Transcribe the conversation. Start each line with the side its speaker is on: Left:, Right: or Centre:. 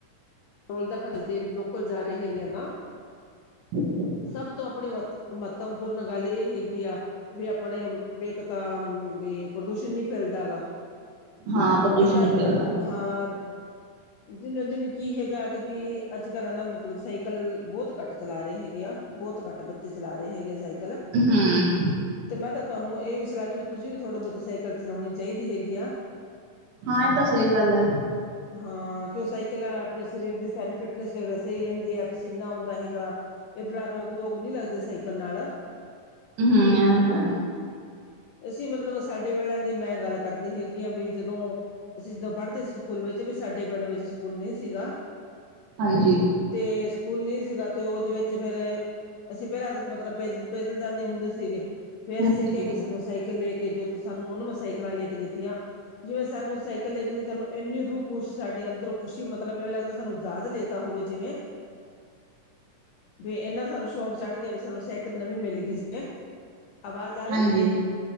Left: ਪੈਟਰੋਲ ਦਾ ਖ਼ਰਚੇ ਲੋਕਲ ਜਾ ਰਹੇ ਹੈਗੇ ਆ ਤਾਂ
Right: ' <inaudible>
Left: ਸਭ ਤੋਂ ਆਪਣੇ ਮਹੱਤਵ ਮਹੱਤਵਪੂਰਨ ਗੱਲ ਇਹ ਹੈਗੀ ਆ ਵੀ ਆਪਣੇ ਵੀ ਇੱਕ ਤਾਂ ਵੀ, ਪ੍ਰਦੂਸ਼ਣ ਨ੍ਹੀਂ ਫੈਲਦਾ ਗਾ,
Right: ਹਾਂ ਪ੍ਰਦੂਸ਼ਣ
Left: ਇਹ ਤਾਂ
Right: ਨਹੀਂ ਫੈਲਦਾ
Left: ਹਾਂ ਦਿਨੋ-ਦਿਨ ਕੀ ਹੈਗਾ ਕਿ ਬਈ ਅੱਜ-ਕੱਲ੍ਹ ਆ ਨਾ ਮਤਲਬ ਸਾਈਕਲ, ਬਹੁਤ ਘੱਟ ਚੱਲਾ ਰਹੇ ਹੈਗੇ ਆ, ਬਹੁਤ ਘੱਟ ਬੱਚੇ ਚੱਲਾ ਰਹੇ ਹੈਗੇ ਆ ਸਾਈਕਲ
Right: ਹਮ।
Left: ਤੇ ਮੈਂ ਤਾਂ ਤੁਹਾਨੂੰ ਇਹ ਵੀ ਸਲਾਹ ਦ ਵੀ ਤੁਸੀਂ ਵੀ ਥੋੜ੍ਹੇ ਬਹੁਤ ਸਾਈਕਲ ਚਲਾਉਣੀ ਚਾਹੀਦੀ ਹੈਗੀ ਆ
Right: ਹਾਂ, ਇਹ ਤਾਂ ਸਹੀ ਗੱਲ ਐ
Left: ਹਾਂ, ਕਿ ਉਹ ਸਾਈਕਲਾਂ ਨਾਲ਼ ਸਰੀਰ ਦੀ ਫਿਟਨੈਸ ਵਗੈਰਾ ਸਹੀ ਰਹਿੰਦੀ ਐ ਪਸੀਨਾ ਆਉਂਦਾ ਹੈਗਾ ਇਹਦੇ ਨਾਲ਼ ਰੋਗ-ਧੋਗ ਨੀ ਲੱਗਦੇ ਸਾਈਕਲ ਨਾਲ਼
Right: ਹੂੰ ਐਵੇਂ ਤਾਂ
Left: ਅਸੀਂ ਮਤਲਬ ਸਾਡੇ ਵੇਲਿਆਂ ਦੀ ਮੈਂ ਗੱਲ ਕਰਦੀ ਹੈਗੀ ਆ ਵੀ ਜਦੋਂ, ਅਸੀਂ ਜਦੋਂ ਪੜ੍ਹਦੇ ਸੀ ਸਕੂਲ ਵਿੱਚ ਵੀ ਸਾਡੇ ਪਿੰਡ ਵਿੱਚ ਸਕੂਲ ਨਹੀਂ ਸੀਗਾ
Right: ਹਾਂਜੀ।
Left: ਤੇ ਸਕੂਲ ਨੀਂ ਸੀਗਾ ਤੇ ਉਹਦੇ ਵਿੱਚ ਫੇ਼ਰ, ਅਸੀਂ ਭੇਰਾਂ ਦੇ ਮਤਲਬ ਪ ਪੈਦਲ ਜਾਂਦੇ ਹੁੰਦੇ ਸੀਗੇ ਫ਼ੇਰ
Right: ਹਾਂਜੀ
Left: ਅਸੀਂ ਕਿਹਾ ਵੀ ਸਾਨੂੰ ਸਾਈਕਲ ਲੈ ਕੇ ਦਿਉ ਤੇ ਸਾਨੂੰ ਉਹਨਾਂ ਮੈਂ ਸਾਈਕਲਾਂ ਲੈ ਕੇ ਦਿੱਤੀਆਂ ਜਿਵੇਂ ਸਾਨੂੰ ਸਾਈਕਲ ਲੈ ਕੇ ਤੁਹਾਨੂੰ ਇੰਨੀ ਰੂਹ ਖੁਸ਼ ਸਾਡੇ ਅੰਦਰੋਂ ਖੁਸ਼ੀ ਮਤਲਬ ਮਵੇਂ ਲੱਗਦਾ ਸਾਨੂੰ ਜਾਜ਼ ਲੈਤਾ ਹੋਵੇ ਜਿਵੇਂ ਵੀ ਇਹਨਾਂ ਸਾਨੂੰ ਸ਼ੌਂਕ ਚੜ ਗਿਆ ਵੀ ਸਾਨੂੰ ਸੈਕਲ ਨਵੀਂ ਮਿਲ ਗਈ ਸੀ ਆਵਾਜ਼ ਆ ਹੈ
Right: ਹਾਂਜੀ
Left: ਜੀ